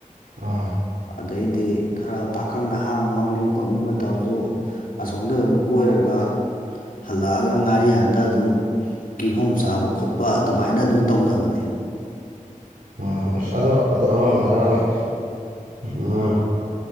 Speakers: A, on the right; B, on the left.
A: ꯑꯥ
B: ꯑꯗꯩꯗꯤ ꯈꯔ ꯄꯥꯈꯪ ꯅꯍꯥ ꯉꯥꯎꯅꯤꯡ ꯈꯣꯠꯅꯤꯡꯕ ꯇꯧꯔꯁꯨ ꯑꯁꯣꯝꯗ ꯑꯗꯨꯝ ꯀꯣꯏꯔꯒ ꯍꯜꯂꯛꯑꯒ ꯉꯥꯔꯤꯌꯥꯥꯟꯗ ꯑꯗꯨꯝ ꯀꯤꯍꯣꯝ ꯆꯥꯕ ꯈꯣꯠꯄ ꯑꯗꯨꯃꯥꯏꯅ ꯑꯗꯨꯝ ꯇꯧꯅꯕꯅꯦ
A: ꯎꯝ ꯑꯁ ꯑꯗꯣ ꯑꯗꯨ ꯑꯃꯔꯣꯝꯗ ꯍꯥꯏꯔꯛꯅꯤ ꯎꯝ